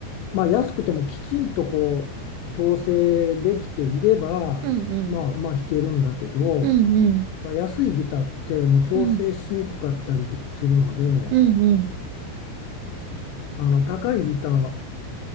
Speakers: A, on the left (about 80°); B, on the right (about 75°).
A: まあ、安くてもきちんとこう調整できていれば、
B: うんうん。
A: まあ、まあ弾けるんだけど。
B: うんうん。
A: その安いギターってもう調整しにくかったりするので、
B: うん。うんうん。
A: あの高いギター